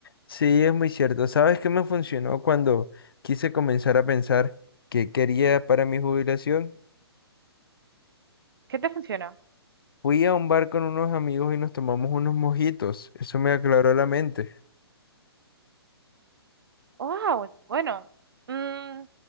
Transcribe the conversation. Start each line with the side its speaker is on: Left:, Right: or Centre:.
Left: Sí, es muy cierto. ¿Sabes qué me funcionó cuando quise comenzar a pensar qué quería para mi jubilación?
Right: ¿Qué te funcionó?
Left: Fui a un bar con unos amigos y nos tomamos unos mojitos. Eso me aclaró la mente.
Right: Wow, bueno, mm,